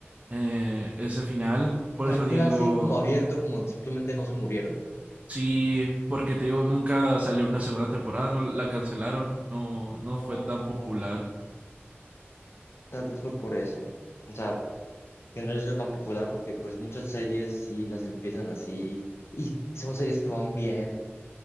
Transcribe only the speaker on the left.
O sea,
queda así como abierto, como simplemente no se murieron.
No,
tal vez fue por eso. O sea, que no haya sido tan popular porque pues muchas series sí las empiezan así y son series que van bien,